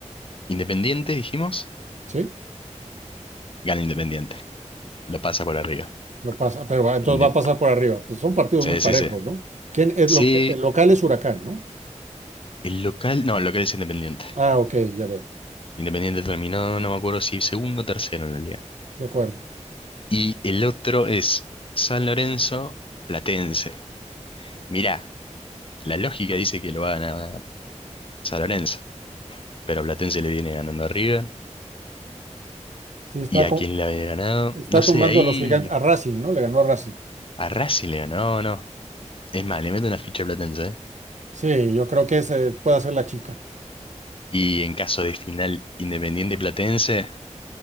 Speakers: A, on the left (about 45°); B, on the right (about 70°).
A: Independiente, dijimos.
B: Sí,
A: Gana Independiente. Lo pasa por arriba.
B: lo pasa, pero va- entonces
A: Inde-
B: va a pasar por arriba. Pues son partidos
A: sí,
B: muy parejos,
A: sí, sí.
B: ¿no? ¿Quién, el,
A: Sí,
B: lo- el local es Huracán, ¿no?
A: El local, no, el local es Independiente.
B: Ah, ok, ya veo.
A: Independiente terminó, no me acuerdo si segundo o tercero en la liga.
B: De acuerdo.
A: Y el otro es San Lorenzo Platense. Mirá, la lógica dice que lo va a ganar San Lorenzo, pero Platense le viene ganando a River.
B: Sí, está,
A: ¿Y a
B: con
A: quién le había ganado?
B: Está
A: No sé,
B: tumbando
A: ahí
B: a los gigantes, a Racing, ¿no? Le ganó a Racing.
A: a Racing le ganó, no, no. Es más, le meto una ficha a Platense, ¿eh?
B: Sí, yo creo que ese puede ser la chica.
A: Y en caso de final Independiente Platense,